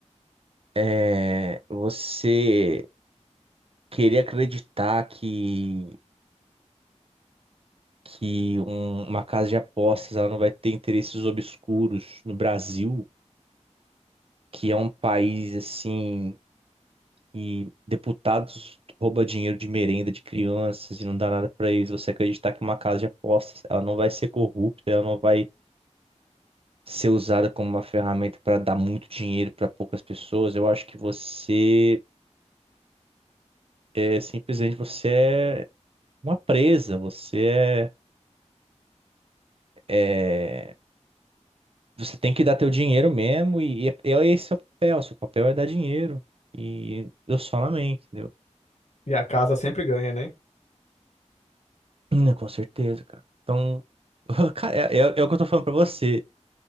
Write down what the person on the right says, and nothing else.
É, você querer acreditar que, que um- uma casa de apostas ela não vai ter interesses obscuros no Brasil, que é um país assim e deputados rouba dinheiro de merenda de crianças e não dá nada pra eles. Você acreditar que uma casa de apostas ela não vai ser corrupta, ela não vai ser usada como uma ferramenta para dar muito dinheiro para poucas pessoas, eu acho que você é simplesmente você é uma presa, você é, é- você tem que dar teu dinheiro mesmo e, e é esse é o papel, seu papel é dar dinheiro e eu só amém, entendeu?
Hum, Com certeza, cara. Então, <laughs> cara, é, é- é o que eu tô falando pra você.